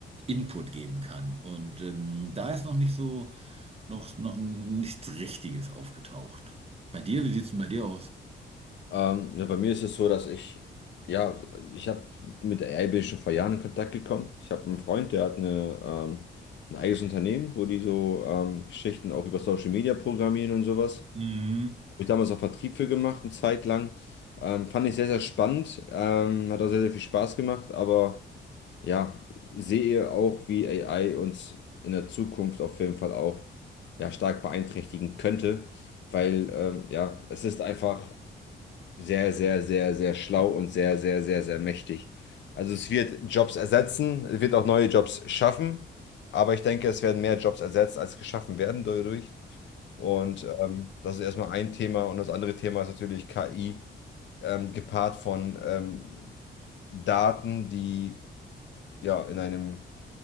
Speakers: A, on the right (about 30°); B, on the left (about 70°).
A: Input geben kann. Und ähm, da ist noch nicht so, noch, noch nichts Richtiges aufgetaucht. Bei dir, wie sieht es denn bei dir aus?
B: Ähm, ja, bei mir ist es so, dass ich, ja, ich habe mit AI bin ich schon vor Jahren in Kontakt gekommen. Ich habe einen Freund, der hat eine, ähm, ein eigenes Unternehmen, wo die so ähm, Geschichten auch über Social Media programmieren und sowas.
A: Mhm.
B: Habe ich damals auch Vertrieb für gemacht, eine Zeit lang. Ähm, fand ich sehr, sehr spannend. Ähm, hat auch sehr, sehr viel Spaß gemacht. Aber ja, sehe auch, wie AI uns in der Zukunft auf jeden Fall auch ja, stark beeinträchtigen könnte. Weil ähm, ja, es ist einfach sehr, sehr, sehr, sehr schlau und sehr, sehr, sehr, sehr mächtig. Also es wird Jobs ersetzen, es wird auch neue Jobs schaffen. Aber ich denke, es werden mehr Jobs ersetzt, als geschaffen werden dadurch. Und ähm, das ist erstmal ein Thema. Und das andere Thema ist natürlich KI, ähm, gepaart von ähm, Daten, die ja in einem